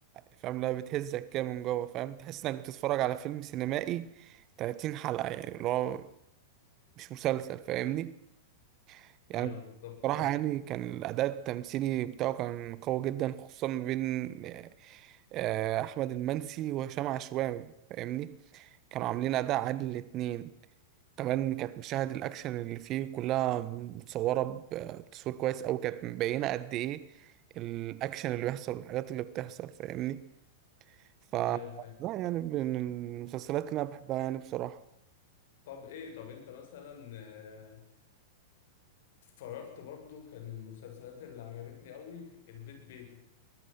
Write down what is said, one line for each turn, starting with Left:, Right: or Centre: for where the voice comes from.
Right: فاهم لا بتهزك كده من جوه فاهم تحس انك بتتفرج على فيلم سينمائي 30 حلقة يعني اللي هو مش مسلسل فاهمني يعني
Left: ايوه بالظبط
Right: بصراحة
Left: فاهم
Right: يعني كان الأداء التمثيلي بتاعه كان قوي جدا خصوصا ما بين آه، أحمد المنسي وهشام عشوائي فاهمني كانوا عاملين أداء عادل الاتنين كمان كانت مشاهد الأكشن اللي فيه كلها متصورة ب- بتصوير كويس أوي كانت مبينة قد إيه الأكشن اللي بيحصل والحاجات اللي بتحصل فاهمني ف
Left: ايوه فاهم
Right: لا يعني من المسلسلات اللي أنا بحبها يعني بصراحة
Left: طب ايه طب انت مثلا آه، اتفرجت برضو كان المسلسلات اللي عجبتني اوي البيت بيتك